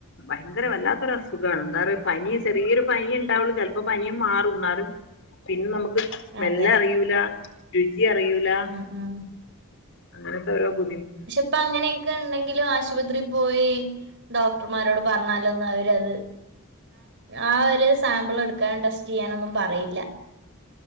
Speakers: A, on the left; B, on the right.
A: ഭയങ്കര വല്ലാത്തൊര സുഖാണ് എന്താറിയോ പനിയ ചെറിയൊരു പനിയെ ഇണ്ടാവുള്ളൂ. ചെലപ്പോ പനിയും മാറും എന്നാലും പിന്നെ നമു ക്ക് സ്മെല്ലറിയൂല
B: അതെ
A: രുചി അറിയൂല
B: ഉം ഉം
A: അങ്ങനത്തെ ഓരോ ബു
B: പക്ഷെ ഇപ്പ അങ്ങനെയൊക്കെ ഉണ്ടെങ്കിലും ആശുപത്രിയിൽ പോയി ഡോക് ക്ടർമാരോട് പറഞ്ഞാലൊന്ന് അവരത് ആ ഒരു സാമ്പിൾ എടുക്കാനും ടെസ്റ്റ് ചെയ്യാനൊന്നും പറയില്ല.